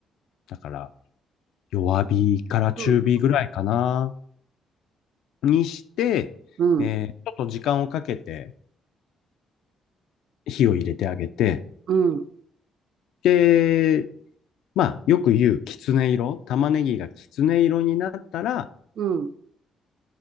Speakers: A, on the left (about 80°); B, on the right (about 65°).
A: だから弱火から中火ぐらいかな、
B: うん、
A: にして、
B: うん、
A: えーちょっと時間をかけて火を入れてあげて、
B: うん、
A: で、まあ、よく言うきつね色、玉ねぎがきつね色になったら、
B: うん